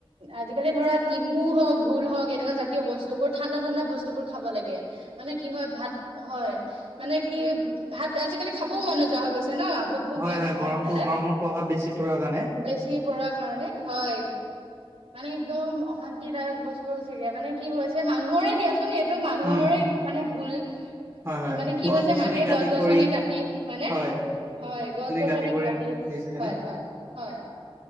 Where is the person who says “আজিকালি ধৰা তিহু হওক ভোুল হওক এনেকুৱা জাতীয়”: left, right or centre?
Right